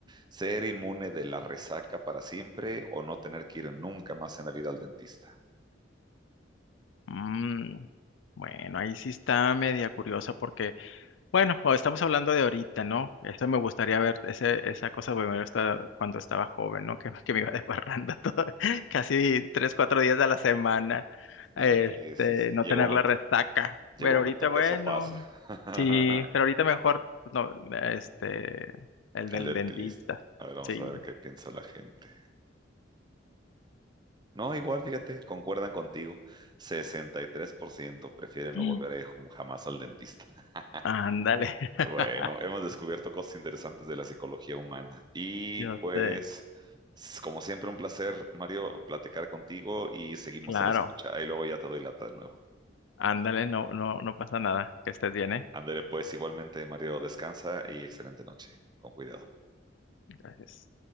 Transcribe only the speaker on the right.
Ser inmune de la resaca para siempre o no tener que ir nunca más en la vida al dentista.
Sí, sí, sí.
Llega
un momento
Llega
un
momento que
eso pasa. <laughs>
El dentista.
A ver, vamos
a ver qué piensa la gente. No, igual, fíjate, concuerdan contigo. 63% prefieren
no volver eh, jun- jamás al dentista. <laughs>
Bueno, hemos descubierto cosas interesantes de la psicología humana. Y
pues,
s- como siempre, un placer, Mario, platicar contigo y seguimos
a la escucha. Ahí luego ya te doy lata de nuevo.
Andere, pues igualmente, Mario, descansa y excelente noche. Con cuidado.